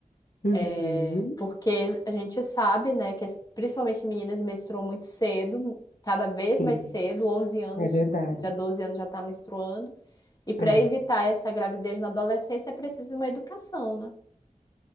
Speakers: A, on the left (about 70°); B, on the left (about 25°).
A: Uhum,
B: é, porque a gente sabe, né, que as- principalmente meninas menstruam muito cedo, cada vez
A: sim,
B: mais cedo, 11 anos,
A: é verdade.
B: já 12 anos já está menstruando. E para
A: É,
B: evitar essa gravidez na adolescência é preciso uma educação, né?